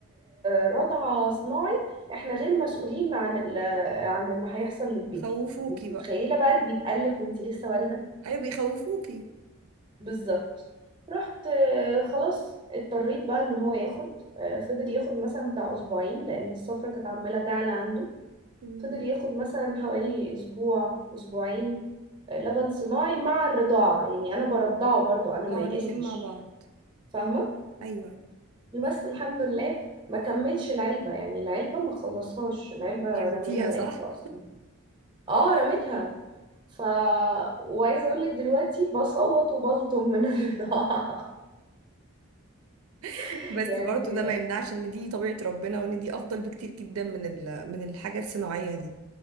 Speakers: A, on the right; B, on the right.
A: آه، رضعه صناعي احنا غير مسؤولين عن ال- آه، عن اللي هيحصل للبيبي
B: خوفوكي
A: انت
B: بقى
A: متخيله بقى اللي بيتقلق وانت لسه والده
B: ايوه بيخوفوكي
A: بالظبط رحت آه، خلاص اضطريت بقى ان هو ياخد آه، فضل ياخد مثلا بتاع اسبوعين لان الصفرة كانت عماله تعلى عنده
B: مم.
A: فضل ياخد مثلا حوالي اسبوع اسبوعين لبن صناعي مع الرضاعة يعني أنا برضعه برضو أنا ما
B: اه
A: يئستش
B: الاتنين مع بعض
A: فاهمة
B: ايوه
A: بس الحمد لله ما كملش العلبة يعني العلبة ما خلصهاش العلبة
B: رميتيها
A: رمينا بقيتها
B: صح
A: أصلا اه رميتها ف وعايزة أقولك دلوقتي بصوت وبلطم من الرضاعة
B: <laughs>
A: <laughs>
B: بس
A: يعني
B: برضو ده ما يمنعش ان دي طبيعة ربنا وان دي افضل بكتير جدا من ال... من الحاجة الصناعية دي